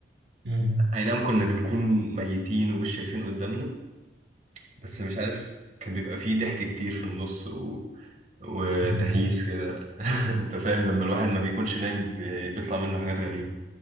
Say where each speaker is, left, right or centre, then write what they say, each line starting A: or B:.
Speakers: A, on the right; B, on the right.
A: امم
B: اي نعم كنا بنكون ميتين ومش شايفين قدامنا بس مش عارف كان بيبقى فيه ضحك كتير في النص و... وتهييس
A: <laughs> أيوة
B: كده <laughs> انت فاهم لما الواحد ما بيكونش نايم بي- بيطلع منه حاجات غريبة